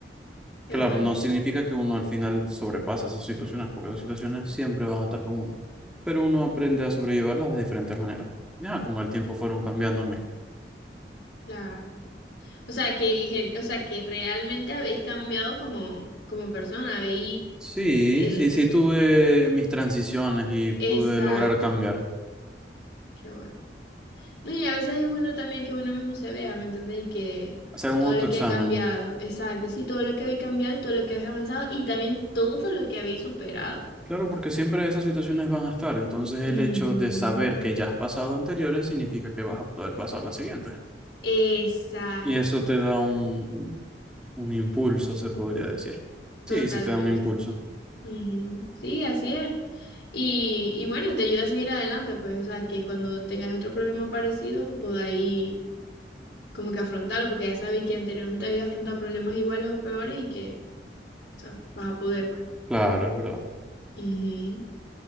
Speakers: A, on the left; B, in the centre.
A: qué
B: Claro,
A: bueno,
B: no significa que uno al final sobrepasa esas situaciones, porque esas situaciones siempre van a estar con uno. Pero uno aprende a sobrellevarlas de diferentes maneras. Ya, con el tiempo fueron cambiando en mí.
A: claro. O sea que, gen- o sea que realmente habéis cambiado como, como persona, habéis,
B: Sí,
A: eh,
B: sí, sí tuve mis transiciones y pude
A: exacto,
B: lograr cambiar.
A: qué bueno. No, y a veces es bueno también que uno mismo se vea, ¿me entendéis? Y Que
B: Hacer un
A: todo
B: autoexamen.
A: lo que ha cambiado, exacto, sí, todo lo que habéis cambiado y todo lo que habéis avanzado y también todo lo que habéis superado.
B: Claro, porque siempre esas situaciones van a estar. Entonces el
A: Ujú,
B: hecho de saber que ya has pasado anteriores significa que vas a poder pasar las siguientes.
A: Exacto,
B: Y eso te da un, un, un impulso, se podría decir.
A: totalmente.
B: Sí, sí te da un impulso.
A: Ujú, Sí, así es. Y, y bueno, te ayuda a seguir adelante, pues, o sea, que cuando tengáis otro problema parecido, podáis como que afrontarlo, porque ya sabes que anteriormente había afrontado problemas iguales o peores y que, o sea, vas a poder, pues.
B: Claro, es verdad.
A: Ujú.